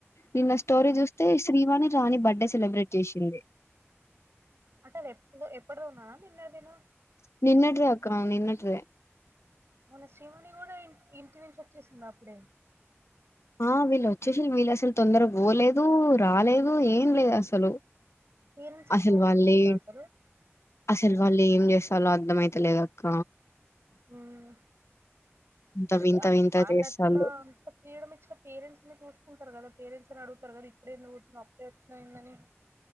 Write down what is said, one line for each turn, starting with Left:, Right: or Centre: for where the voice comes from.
Left: నిన్న స్టోరీ చూస్తే శ్రీవాణి జానీ బర్త్డే సెలబ్రేట్ చేసింది
Right: అంటే అది ఎప్ప ఎప్పటిదో ఉన్నదా నిన్నటిదేనా
Left: నిన్నటిదె అక్క నిన్నటి దే
Right: మన శ్రీవాణి కూడా ఇంటి నుంచి వచ్చేసిందా అప్పుడే
Left: ఆ వీళ్ళు వచ్చేషిన్ వీళ్ళు అసలు తొందరగా పోలేదు రాలేదు అ ఏం లేదు అసలు
Right: పేరెంట్స్ ఎట్లా
Left: అసలు
Right: పంపించిర్రా
Left: వాళ్ళే
Right: అసలు
Left: అసలు వాళ్ళు ఏం చేస్తారోఅర్ధం అయితలేదక్క
Right: హమ్
Left: ఇంత
Right: సరే
Left: వింత వింత
Right: వాళ్
Left: చేస్తాళ్ళు
Right: అట్లా అంత ఫ్రీడం ఇచ్ పేరెంట్స్ని చూసుకుంటారు కదా పేరెంట్స్ని అడుగుతారు కదా ఇప్పుడ ఎందుకూ అప్పుడే ఎందుకు వచ్చినవాని